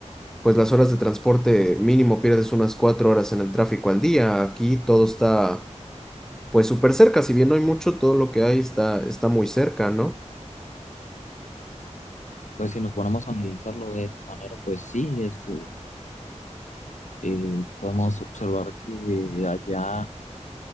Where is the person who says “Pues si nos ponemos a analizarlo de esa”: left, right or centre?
Left